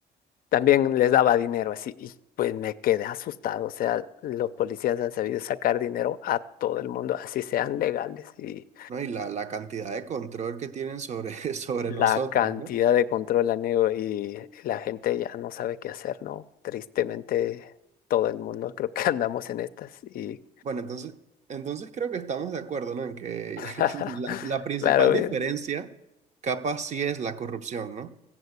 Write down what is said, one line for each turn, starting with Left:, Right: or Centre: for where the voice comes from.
Left: también les daba dinero así. Y pues me quedé asustado. O sea, los policías han sabido sacar dinero a todo el mundo, así sean legales. Y
Right: ¿no? Y la, la cantidad de control que tienen sobre, <laughs> sobre
Left: la
Right: nosotros,
Left: cantidad
Right: ¿no?
Left: de control, amigo, y la gente ya no sabe qué hacer, ¿no? Tristemente, todo el mundo creo que <laughs> andamos en estas. Y
Right: Bueno, entonces, entonces creo que estamos de acuerdo, ¿no? En que
Left: <laughs>
Right: <laughs> la, la principal
Left: claro,
Right: diferencia
Left: eh,
Right: capaz sí es la corrupción, ¿no?